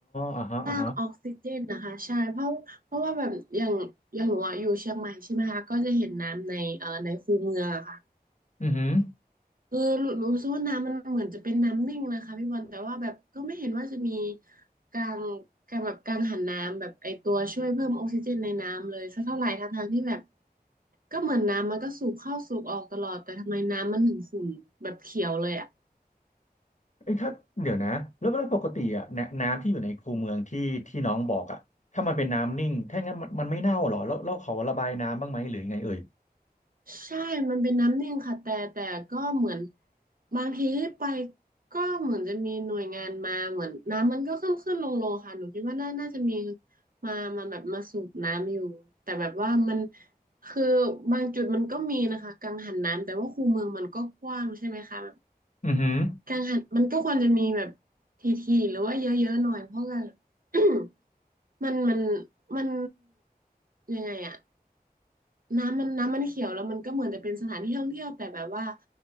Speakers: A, on the left; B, on the right.
A: อ่าฮะอ่าฮะ
B: สร้างออกซิเจนนะคะใช่เพราะเพราะว่าแบบอย่างอย่างหนูอะอยู่เชียงใหม่ใช่ไหมคะก็จะเห็นน้ำในเอ่อในคูเมืองอะค่ะ
A: อือหือ
B: เออรู้รู้สึกว่าน้ำมันเหมือนจะเป็นน้ำนิ่งนะคะพี่บอลแต่ว่าแบบก็ไม่เห็นว่าจะมีกางกางแบบกางหันน้ำแบบไอตัวช่วยเพิ่มออกซิเจนในน้ำเลยสักเท่าไหร่ทั้งทางที่แบบก็เหมือนน้ำมันก็สูบเข้าสูบออกตลอดแต่ทำไมน้ำมันถึงขุ่นแบบเขียวเลยอ่ะ
A: ไอ้ยถ้าเดี๋ยวนะแล้วเวลาปกติอ่ะนน้ำที่อยู่ในคูเมืองที่ที่น้องบอกอ่ะถ้ามันเป็นน้ำนิ่งถ้างั้นมันมันไม่เน่าหรอแล้วแล้วเขาระบายน้ำบ้างไหมหรือยังไงเอ่ย
B: ใช่มันเป็นน้ำนิ่งค่ะแต่แต่ก็เหมือนบางทีไปก็เหมือนจะมีหน่วยงานมาเหมือนน้ำมันก็ขึ้นขึ้นลงลงค่ะหนูคิดว่าน่าน่าจะมีมามาแบบมาสูบน้ำอยู่แต่แบบว่ามันคือบางจุดมันก็มีนะคะกังหันน้ำแต่ว่าคูเมืองมันก็กว้างใช่ไหมคะ
A: อือหือ
B: กังหันมันก็ควรจะมีแบบทีๆหรือว่าเยอะๆหน่อยเพราะว่า <clears throat> <coughs> มันมันมันยังไงอะน้ำมันน้ำมันเขียวแล้วมันก็เหมือนจะเป็นสถานที่ท่องเที่ยวแต่แบบว่า